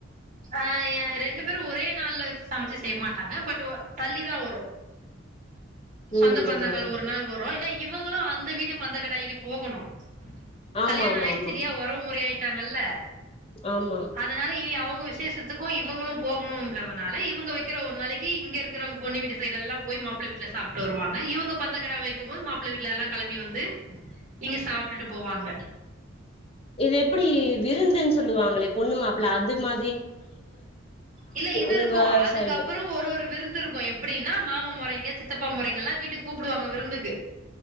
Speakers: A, on the right; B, on the left.
A: ஆ யே ரெண்டு பேரு ஒரே நாள்ல சமச்சு செய்ய மாட்டாங்க பட் ஒ தள்ளிதா வரு சொந்த
B: ம்
A: பந்தங்கள்
B: அதா அதா
A: ஒரு நாள் வரு ஏனா இ இவங்களு அந்த வீட்டு பந்த கடாய்க்கு போகணு
B: ஆமா
A: கல்யாணொ
B: ஆமா
A: ஆயிடுச்சு
B: ஆமா
A: இல்லையா ஒறவு முறை ஆயிட் ட்டாங்கல்ல
B: ஆமா
A: அதனால இனி அவுங் க விசேஷத்துக்கும் இவங்களும் போகணுங்கிறதுனால இவங்க வைக்கிற ஒரு நாளைக்கு இங்க இருக் க்கிறவங்க பொண்ணு வீட்டு சைடெல்லா போய் மாப்பிள வீட்டுல சாப்ட்டு வருவாங்க இவங்க பந்த கடா வைக்கும் போது மாப்பிளை வீட்டுல எல்லா கெளம்பி வந்து இங்க சாப்டுட்டு போவாங்க
B: இது எப்டி விருந்துன்னு சொல்லுவாங்களே பொண்ணு மாப்பிள்ள அது மா
A: இல்ல இது
B: உங்க
A: இருக்கு அதுக்கப்பறொ
B: சைடு
A: ஒரு ஒரு விருந்து இருக்கு எப்படின்னா மாமா மொறை ங்க சித்தப்பா மொறைங்கல்லா வீட்டுக்கு கூப்பிடுவாங்க விருந்துக்கு